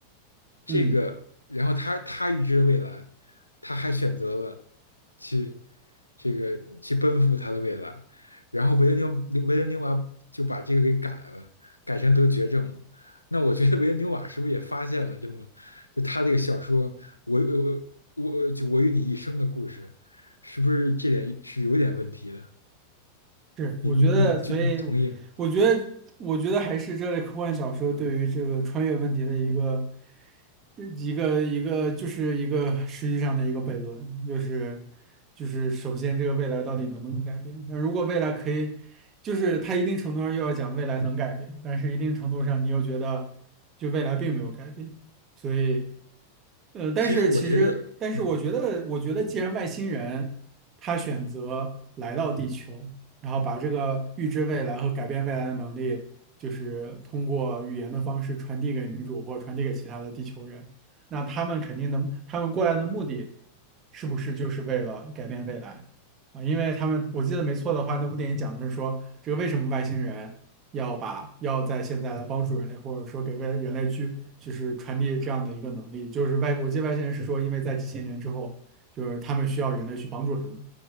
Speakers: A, on the left; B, on the right.
A: 这个，
B: 嗯。
A: 然后他他预知了未来，他还选择了去这个去奔赴他的未来。然后维伦纽维伦纽瓦就把这个给改了，改成得绝症了。那我觉得维恩纽瓦是不是也发现了这么，就他这个小说《我我我就我与你一生的故事》，是不是这点是有点问题的？
B: 是，
A: 你你你你你同意吗？
B: 我觉得，所以我，我觉得，我觉得还是这类科幻小说对于这个穿越问题的一个，一个一个就是一个实际上的一个悖论，就是就是首先这个未来到底能不能改变？那如果未来可以，就是它一定程度上又要讲未来能改变，但是一定程度上你又觉得就未来并没有改变，所以。呃，但是其实，
A: 其实我觉得，
B: 但是我觉得，
A: 嗯，
B: 我觉得，既然外星人他选择来到地球，然后把这个预知未来和改变未来的能力，就是通过语言的方式传递给女主或者传递给其他的地球人。那他们肯定能，他们过来的目的是不是就是为了改变未来啊？因为他们，我记得没错的话，那部电影讲的是说，这个为什么外星人要把要在现在来帮助人类，或者说给为人类去就是传递这样的一个能力，就是外，我记得外星人是说，因为在几千年之后，就是他们需要人类去帮助他们。